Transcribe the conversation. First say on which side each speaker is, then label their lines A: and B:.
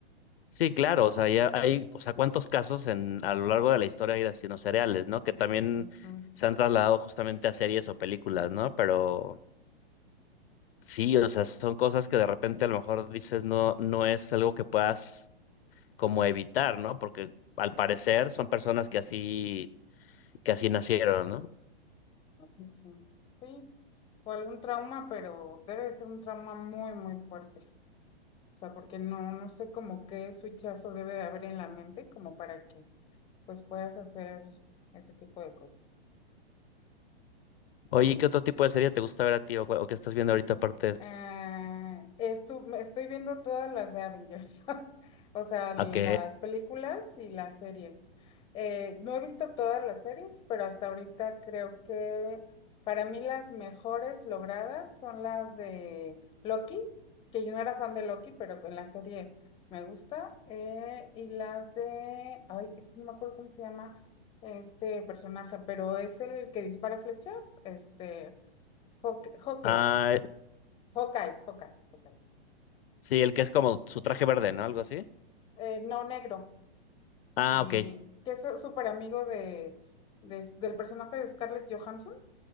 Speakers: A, on the left; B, on the left.
A: Sí, claro, o sea, ya hay, o sea, cuántos casos en, a lo largo de la historia hay de asesinos seriales, ¿no? Que también
B: Ujú.
A: se han trasladado justamente a series o películas, ¿no? Pero sí, o sea, son cosas que de repente a lo mejor dices no, no es algo que puedas como evitar, ¿no? Porque al parecer son personas que así, que así nacieron, ¿no?
B: Sí, sí. Sí, o algún trauma, pero debe de ser un trauma muy, muy fuerte. O sea, porque no, no sé como qué switchazo debe de haber en la mente como para que pues puedas hacer ese tipo de cosas.
A: Oye, ¿y ¿qué otro tipo de serie te gusta ver a ti o, cu- o qué estás viendo ahorita aparte de
B: Ah,
A: eso?
B: estu- estoy viendo todas las de Avengers, <laughs> o sea, las
A: Ok.
B: películas y las series. Eh, no he visto todas las series, pero hasta ahorita creo que para mí las mejores logradas son las de Loki, que yo no era fan de Loki, pero con la serie me gusta, eh, y la de, ay, es que no me acuerdo cómo se llama este personaje, pero es el que dispara flechas, este, Hawkeye.
A: Ah,
B: Hawkeye, Hawkeye, Hawkeye.
A: sí, el que es como su traje verde, ¿no? Algo así.
B: Eh, no negro.
A: Ah,
B: Y
A: ok.
B: que es súper amigo de, de- del personaje de Scarlett Johansson.